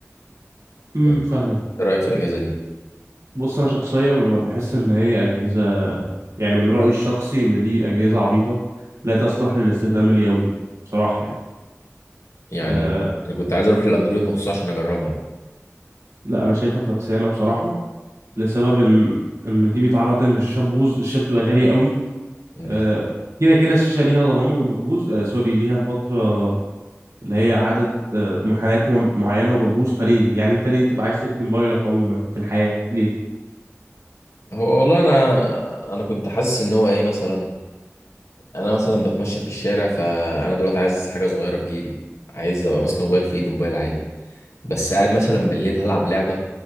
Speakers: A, on the right (about 80°); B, on the left (about 75°).
A: امم
B: من...
A: فاهمك
B: ايه رايك في الاجهزه دي
A: بص انا شخصيا ب- بحس ان هي اجهزه يعني من رايي الشخصي ان دي اجهزه عبيطه لا تصلح للاستخدام اليومي بصراحه يعني
B: يعني
A: أه
B: انا كنت عايز اروح للاندرويد مخصوص عشان اجربها
A: لا انا شايفها فكسانه بصراحه لسبب ان ان دي بيتعرض ان الشاشه تبوظ الشاشه بتبقى غاليه قوي أه
B: دي حاجة.
A: كده كده الشاشه ليها ضمان وبتبوظ أه سوري ليها فتره اللي هي عدد آه، منحنيات مون- معينه وبتبوظ فليه يعني انت ليه تبقى عايز تتني موبايلك عموما في الحياه ليه
B: هو والله انا انا كنت حاسس ان هو ايه مثلا انا مثلا بتمشى في الشارع فانا دلوقتي عايز حاجه صغيره في جيبي عايز ابقى ماسك موبايل في ايدي موبايل عادي بس قاعد مثلا بالليل هلعب لعبه